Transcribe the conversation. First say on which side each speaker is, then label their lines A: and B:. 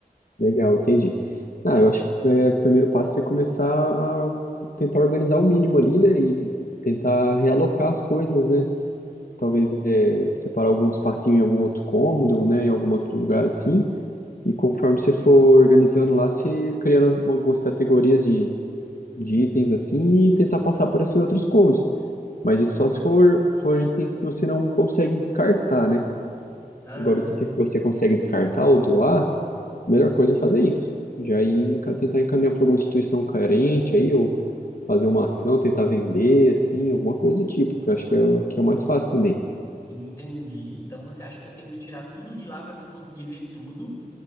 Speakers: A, on the left (about 65°); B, on the left (about 15°).
A: Legal, entendi. Ah, eu acho que é, o primeiro passo é você começar a tentar organizar o mínimo ali, né? E tentar realocar as coisas, né? Talvez é, separar algum espacinho em algum outro cômodo, né? Em algum outro lugar assim. E conforme você for organizando lá, você criando algumas categorias de, de itens assim e tentar passar por esses outros cômodos. Mas isso só se for, for itens que você não consegue descartar, né?
B: Tá,
A: Agora, os itens que você consegue descartar ou doar a melhor coisa é fazer isso. Já ir enca- tentar encaminhar para alguma instituição carente aí, ou fazer uma ação, tentar vender, assim, alguma coisa do tipo, que eu acho que é, o- que é o mais fácil também.
B: Entendi. Então você acha que eu tenho que tirar tudo de lá para mim conseguir ver tudo